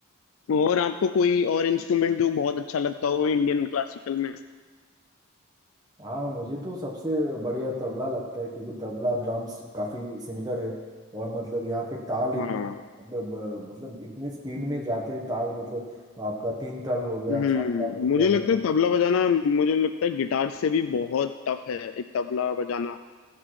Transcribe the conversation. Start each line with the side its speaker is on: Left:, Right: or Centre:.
Left: और आपको कोई और इंस्ट्रूमेंट जो बहुत अच्छा लगता हो इंडियन क्लासिकल में
Right: हाँ मुझे तो सबसे बढ़िया तबला लगता है क्योंकि तबला ड्रम्स काफी सिमिलर है और मतलब यहाँ के ताल इतने
Left: हाँ
Right: मतलब अ, मतलब इतने स्पीड में जाते हैं ताल मतलब आपका तीन ताल हो गया
Left: हम्म
Right: चार ताल हो गया
Left: मुझे लगता
Right: मतलब
Left: है तबला बजाना मुझे लगता है गिटार से भी बहुत टफ है एक तबला बजाना